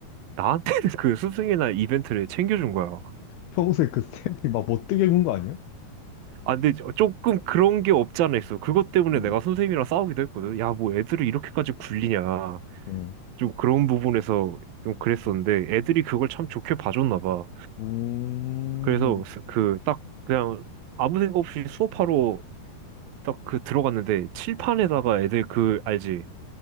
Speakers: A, on the right; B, on the left.
A: 나한테는 그 스승이나 이벤트를 챙겨준 거야.
B: 평소에 그 쌤이 막 못되게 군거 아니야?
A: 아, 근데 저- 조금 그런 게 없지 않아 있어. 그것 때문에
B: 어,
A: 내가 선생님이랑 싸우기도 했거든. 야, 뭐 애들을 이렇게까지 굴리냐.
B: 응.
A: 좀 그런 부분에서 좀 그랬었는데 애들이 그걸 참 좋게 봐줬나 봐.
B: 음,
A: 그래서 그 딱 그냥 아무 생각 없이 수업하러 딱 그 들어갔는데 칠판에다가 애들 그 알지?